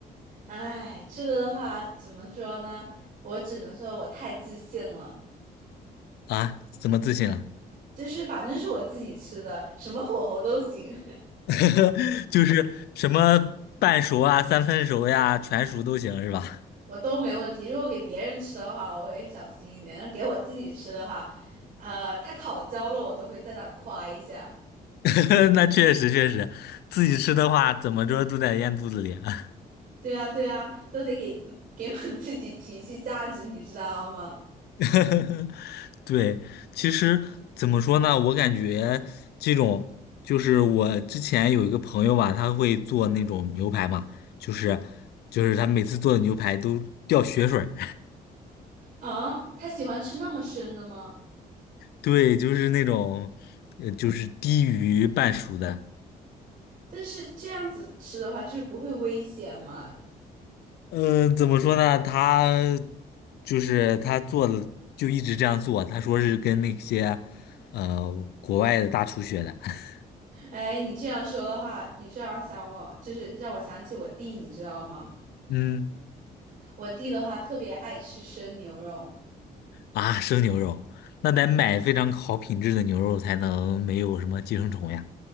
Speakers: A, on the right; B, on the left.
A: 哎，这个的话怎么说呢？我只能说我太自信了，
B: 啊，怎么自信了？
A: 就是反正是我自己吃的，什么火候都行。
B: <laughs> 就是什么半熟啊、三分熟呀、全熟都行是吧？
A: 我都没问题。如果给别人吃的话，我会小心一点；但给我自己吃的话，呃，它烤焦了，我都会在那儿夸一下。
B: <laughs> 那确实确实，自己吃的话怎么着都得咽肚子里啊。
A: 对啊，对啊，都得给给我 <laughs> 们自己情绪价值，你知道吗？
B: <laughs> 对，其实怎么说呢，我感觉这种就是我之前有一个朋友吧，他会做那种牛排嘛，就是就是他每次做的牛排都掉血水儿。
A: 啊，他喜欢吃那么生的吗？
B: 对，就是那种，呃，就是低于半熟的。
A: 但是这样子吃的话，就是不会危险嘛。
B: 嗯，怎么说呢？他就是他做的就一直这样做。他说是跟那些呃国外的大厨学的。<laughs>
A: 哎，你这样说的话，你这样想我，就是让我想起我弟，你知道吗？
B: 嗯，
A: 我弟的话特别爱吃生牛肉，
B: 啊，生牛肉，那得买非常好品质的牛肉才能没有什么寄生虫呀。